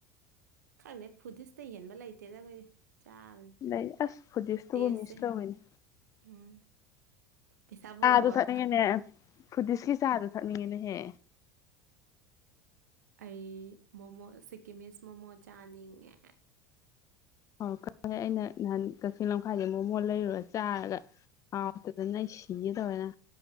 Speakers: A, on the right (about 70°); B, on the left (about 35°).
A: ꯈꯪꯗꯦ ꯐꯨꯗꯤꯁꯇꯩ ꯍꯦꯟꯕ ꯂꯩꯇꯦꯗ ꯑꯈꯣꯏꯗꯤ ꯆꯥꯕꯁꯦ
B: ꯂꯩ ꯑꯁ ꯐꯗꯤꯁꯇꯨꯕꯨ
A: ꯇꯦꯁꯁꯦ
B: ꯃꯤꯁ ꯇꯧꯋꯤꯅꯦ
A: ꯎꯝ ꯄꯩꯁꯥ ꯄꯨꯔꯛꯑꯣꯕ
B: ꯆꯥꯗꯣ ꯊꯛꯅꯤꯡꯉꯤꯅꯦ ꯐꯨꯗꯤꯁꯀꯤ ꯆꯥꯗꯣ ꯊꯛꯅꯤꯡꯉꯤꯅꯦꯍꯦ
A: ꯑꯩ ꯃꯣꯃꯣ ꯁꯤꯛꯀꯤꯃꯤꯁ ꯃꯣꯃꯣ ꯆꯥꯅꯤꯡꯉꯦ
B: <unintelligible> ꯑꯩꯅ ꯅꯍꯥꯟ ꯀꯛꯆꯤꯡ ꯂꯝꯈꯥꯏꯗꯩ ꯃꯣꯃꯣ ꯂꯩꯔꯨꯔ ꯆꯥꯔꯒ ꯍꯥꯎꯇ ꯗꯝꯅ ꯑꯩ ꯁꯤꯒꯦ ꯇꯧꯋꯦꯅ